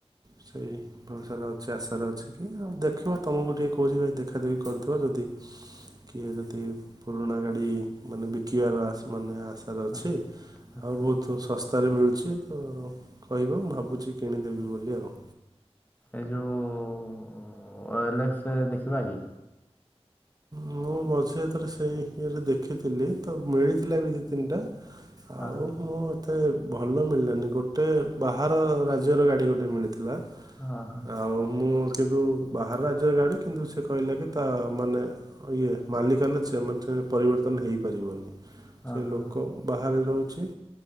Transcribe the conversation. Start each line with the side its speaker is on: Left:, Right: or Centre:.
Right: ସେଇ ଭରସାର ଅଛି ଆଶାର ଅଛି କି ଆଉ ଦେଖିବ ତମକୁ ଟିକେ କହୁଛି ଭାଇ ଦେଖାଦେଖି କରୁଥିବ ଯଦି କିଏ ଯଦି ପୁରୁଣା ଗାଡି ମାନେ ବିକିବାର ମାନେ ଆଶାର ଅଛି
Left: ହଁ
Right: ଆଉ
Left: ଆଚ୍ଛା
Right: ବହୁତ ସସ୍ ସ୍ତାରେ ମିଳୁଛି ତ କହିବ ମୁଁ ଭାବୁଛି କିଣିଦେବି ବୋଲି ଆଉ।
Left: ଏଇ ଯୋଉ ଓ ଏଲ୍ ଏକ୍ସ୍ ଦେଖିବା କି।
Right: ମୁଁ ମଝିଥରେ ସେଇ ଇଏରେ ଦେଖିଥିଲି ତ ମିଳିଥିଲା ବି ଦି ତିନିଟା ଆଉ
Left: ହଁ ହଁ
Right: ମୁଁ ମତେ ଭଲ ମିଳିଲାନି। ଗୋଟେ ବାହାର ରାଜ୍ୟର ଗାଡ଼ି ଗୋଟେ ମିଳିଥିଲା।
Left: ହଁ
Right: ଆଉ ମୁଁ କିନ୍ତୁ ବାହାର ରାଜ୍ୟରେ ଗାଡି କିନ୍ତୁ ସେ କହିଲା କି ତା ମାନେ ଇଏ ମାଲିକାନଚ ମ ପରିବର୍ତ୍ତନ ହେଇପାରିବନି।
Left: ହଁ
Right: ସେ ଲୋକ
Left: ହଁ
Right: ବାହାରେ ରହୁଛି